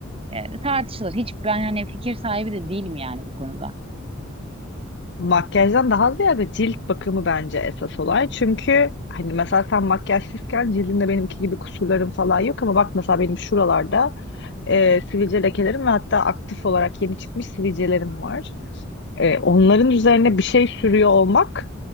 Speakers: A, on the right (about 30°); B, on the left (about 60°).
A: e, tartışılır. Hiç ben hani fikir sahibi de değilim yani bu konuda.
B: Makyajdan daha ziyade cilt bakımı bence esas olay. Çünkü hani mesela sen makyajsızken cildinde benimki gibi kusurlarım falan yok ama bak mesela benim şuralarda e, sivilce lekelerim ve hatta aktif olarak yeni çıkmış sivilcelerim var. E, onların üzerine bir şey sürüyor olmak